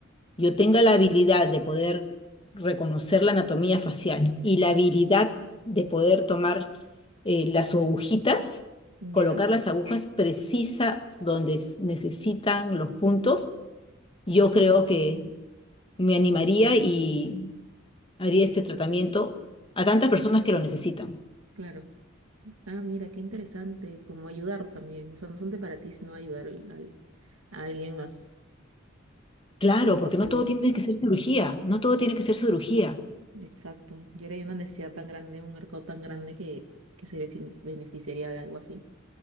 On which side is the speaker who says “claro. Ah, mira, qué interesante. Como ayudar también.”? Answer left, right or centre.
Right